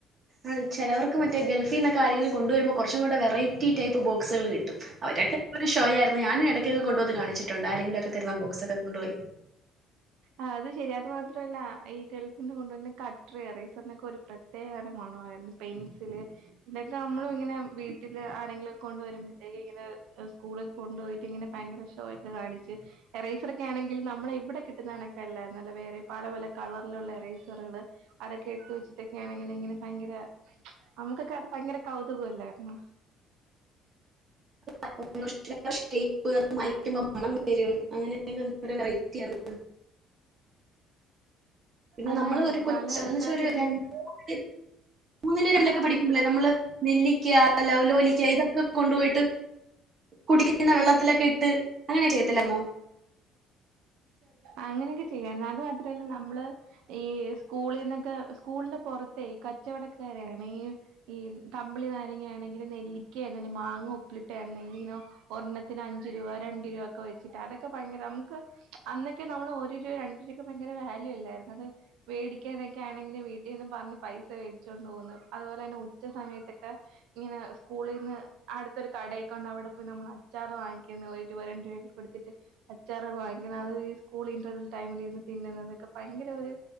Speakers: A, on the right; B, on the right.
A: ആഹ് ചിലവർക്ക് മറ്റേ ഗൾഫീന്നൊക്കെ ആരെങ്കിലും കൊണ്ടുവരുമ്പോ കുറച്ചും കൂടെ വെറൈറ്റി ടൈപ്പ് ബോക്സുകൾ കിട്ടും അവര് ഒക്കെ എപ്പഴും ഷോ ആയിരുന്നു ഞാനെ ഇടക്കൊക്കെ കൊണ്ട് വന്ന് കാണിച്ചിട്ടുണ്ട് ആരെങ്കിലും ഒക്കെ തരുന്ന ബോക്സൊക്കെ കൊണ്ടുപോയി
B: ആഹ് അത് ശരി അത് മാത്രല്ല ഈ ഗൾഫിന്ന് കൊണ്ട് വരുന്ന കട്ട്ര് റയ്സിനൊക്കെ ഒരു പ്രത്യേക തരം മണം പെൻസില് ഇതൊക്കെ അമ്മളും ഇങ്ങനെ വീട്ടില് ആരെങ്കിലൊകൊണ്ട് വരുമ്പത്തേക്ക് ഇങ്ങനെ സ്കൂളി കൊണ്ട് പോയിട്ട് ഇങ്ങനെ ഭയങ്കര ഷോയൊക്കെ കാണിച്ച്. എറൈസറൊക്കെയാണെങ്കിൽ നമ്മളെ ഇവ്ടെ കി <unintelligible> ക്കല്ല നല്ല വേറെ പല പല കളറ്ലുള്ള റയ്സറേള് അതൊക്കെ എടുത്ത് വെച്ചിട്ടൊക്കെയാണെങ്കി ഇങ്ങനെ ഭയങ്കര നമ്മ്ക്കൊക്കെ അത് ഭയങ്കര കൗതുകല്ലെന്ന
A: <unintelligible> മണം വരും അങ്ങനെയൊക്കൊരു വെറൈറ്റി ആണ് പിന്നെ
B: അതാണ്
A: നമ്മള് ഒരു കൊച്ച്
B: പല
A: ന്ന് വെച്ച
B: തരത്തിലുള്ള
A: ഒര് രണ്ട് <unintelligible> മൂന്നില് <unintelligible> ലൊക്കെ പഠിക്കുമ്പള് നമ്മള് നെല്ലിക്ക അല്ല ലൗലോലിക്ക ഇതൊക്കെ കൊണ്ടുപോയിട്ട് കുടിക്ക്ന്ന വെള്ളത്തിലൊക്കെ ഇട്ട് അങ്ങനെയൊ <unintelligible> ത്തില്ലായിരുന്നോ
B: അങ്ങനെയൊക്കെ ചെയ്യാ അത് മാത്രല്ല നമ്മള് ഈ സ്കൂളീന്നൊക്കെ സ്കൂളിന്റെ പൊറത്തെ കച്ചവടക്കാരാണെ ഈ ക കമ്പിളി നാരങ്ങ ആണെങ്കിലും നെല്ലിക്കയാണെലും മാങ്ങ ഉപ്പിലിട്ടയാണെലും ഒരെണ്ണ് തിന് അഞ്ച് രൂപ ഒക്കെ വെച്ച്ട്ട് അതൊക്കെപയങ്കര അമക് അന്ന് നമ്മള് ഒരുരൂ രണ്ട് രൂഒക്കെ ഭയങ്കര വാല്യു അല്ലായിരുന്നൊ വേടിക്കാനൊക്കെ ആണെങ്കി വീട്ടി നിന്ന് പറഞ് പൈസ പോലെന്നെ ഉച്ച സമയതൊക്കെ ഇങ്ങനെ സ്കൂളിരുന്ന് അടുത്തൊരു കട അവ്ടെ പോയി നമ്മൾ അച്ചാറ് വാങ്ങിക്ന്ന പോയിറ്റ് രണ്ട് രൂപക്കെ കൊടുത്തിട്ട്. അച്ചാറേള് വാങ്ങിക്ന്ന അത് ഈ സ്കൂള് ഇന്റർവൽ ടൈമിലിരുന്ന് തിന്നുന്നതൊക്കെ പയങ്കര ഒര്